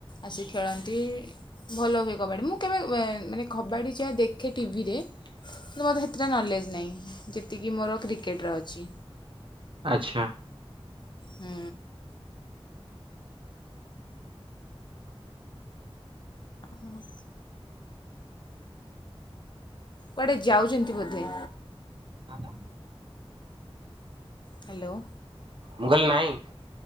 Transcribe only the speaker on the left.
ଆସି ଖେଳନ୍ତି ଭଲ ହୁଏ କବାଡ଼ି ମୁଁ କେବେ ମାନେ କବାଡ଼ି ଯାହା ଦେଖେ ଟିଭିରେ। କିନ୍ତୁ ମୋତେ ସେଥିଟା ନଲେଜ ନାହିଁ ଯେତିକି ମୋର କ୍ରିକେଟର ଅଛି।
ହୁଁ, ମୁଉଁ କୁଆଡ଼େ ଯାଉଛନ୍ତି ବୋଧେ?
ହ୍ୟାଲୋ,